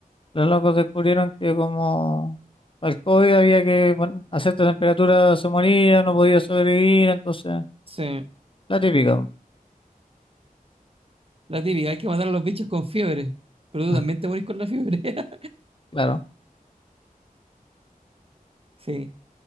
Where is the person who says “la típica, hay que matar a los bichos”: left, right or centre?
Right